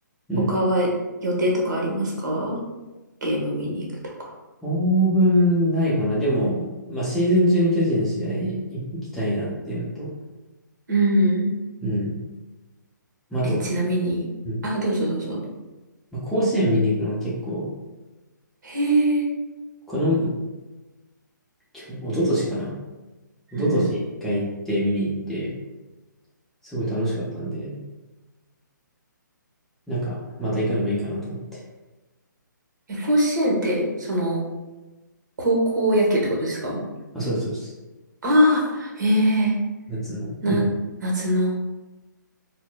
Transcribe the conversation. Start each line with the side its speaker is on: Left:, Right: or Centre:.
Centre: うん
Right: 他は予定とかありますかゲーム見に行くとか。
Centre: 当分ないかな。でも、まあ、シーズン中に巨人の試合行きたいなっていうのと、
Right: うん。
Centre: うん。まあ、あと、
Right: え、ちなみに、
Centre: うん。
Right: あ、どうぞどうぞ。
Centre: まあ、甲子園見に行くのも結構、
Right: へえ。
Centre: この、きょ一昨年かな。一昨年一回行って見に行って、
Right: うんう
Centre: すごい楽しかったんで、なんか、また行くのもいいかなと思って。
Right: ん。え、甲子園って、その、高校野球ってことですか
Centre: あ、そうです、そうです。
Right: ああー、ええ、
Centre: 夏の。
Right: な、
Centre: うん。
Right: 夏の。